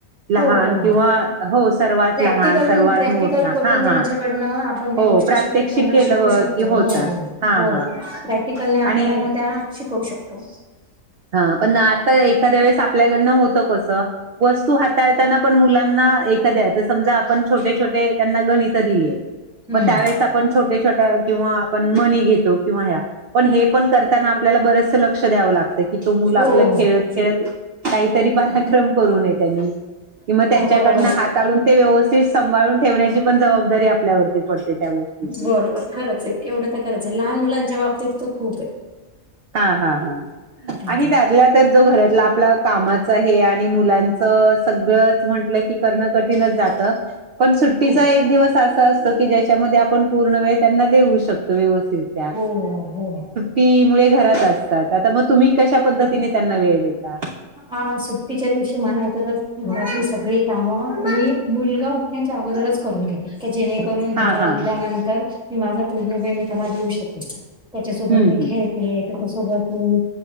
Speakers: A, on the right; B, in the centre.
A: लहान
B: हो हो
A: किंवा हो सर्वात
B: प्रॅक्टिकल
A: लहान सर्वात
B: प्रॅक्टिकल
A: मोठा
B: करून
A: हा
B: त्यांच्याकडनं
A: हा
B: आपण त्या
A: हो
B: गोष्टी
A: प्रात्यक्षिक
B: शिक त्यांना
A: केलं
B: शिकू शकतो
A: की होता हा हा
B: प्रॅक्टिकल आप
A: आणि
B: त्यां. त्या शिकवू शकतो.
A: हा पण आता एखाद्या वेळेस आपल्याकडनं होतं कसं. वस्तू हाताळताना पण मुलांना एखाद्या समजा आपण छोटे छोटे त्यांना. गणित दिली
B: हम्म
A: त्यावेेळेस आपण छोट्या छोट्या किंवा आपण मणी घेतो किंवा ह. पण हे पण करताना आपल्याला बरेचस लक्ष द्यावं लागत तो मुल
B: हो
A: आपला खेळत खेळत काहीतरी पराक्रम करू नये त्यांनी कि मग त्यांच्याकडनं
B: बरोबर
A: ते व्यवथ सभाळून ठेवण्याची पण जबाबदारी आपल्यावरती पडते त्या गोष्टी
B: बरोबर खरंच एक एवढं तर करच आहे लहान मुलांच्या बाबतीत तो खूप आहे.
A: हा हा हा
B: हा
A: आणि त्यातल्या त्यात जो घरातला आपला. कामाच हे आणि मुलांचं सगळंच म्हंटलं की करणं कठीणच जात. पण सुट्टीचा
B: खूप
A: एक दिवस असा असतो की ज्याच्यामध्ये आपण पूर्ण वेळ त्यांना देऊ शकतो व्यवस्थित त्या.
B: हो हो.
A: ी मु घरात असतात आता मग तुम्ही कश्या पद्धतीने त्यांना वेळ देता.
B: हा सुट्टीच्या दिवशी म्हणायचं जस घरातली सगळी कामं त्ही मुलगा उठण्याच्या अगोदरच. करून घेते जेणेकरून
A: हा
B: त्याला
A: हा
B: उठल्यानंतर
A: हा
B: मी माझा पूर्ण वे मी त्याला देऊ शकेल. त्याच्यासोबत
A: हम्म
B: मी
A: हम्म
B: खेळते त्याच्यासोबत मी.